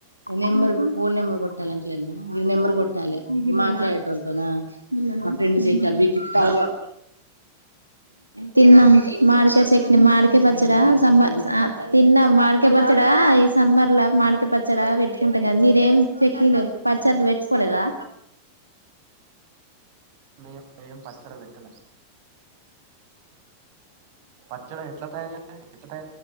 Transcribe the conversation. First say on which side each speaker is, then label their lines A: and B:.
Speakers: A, on the right; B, on the right.
A: ఉ నెంబర్ ఫోన్ నెంబర్ కొట్టాలి అంట్లేనా ఇది నెంబర్ కొట్టాలి ఇది మాట్లాడేట వాళ్ళతోనా మా ఫ్రెండ్ సెక్కి అవి ఇప్పిత్తాను
B: తిన్నారా
A: చే మాడక చట్నీ మాడిక పచ్చడా సంబస అ తిన్నాం మాడికాయ పచ్చడా ఈ సమ్మర్ లో మాడకయ పచ్చడా పెట్టుకుంటాం కదా మీరేమి చట్నీ లేదు పచ్చర్లు వేట్టుకోలేదా
B: మే మేయం పచ్చడ వెట్టల పచ్చడా ఎట్లా తయార ఎట్లా తయ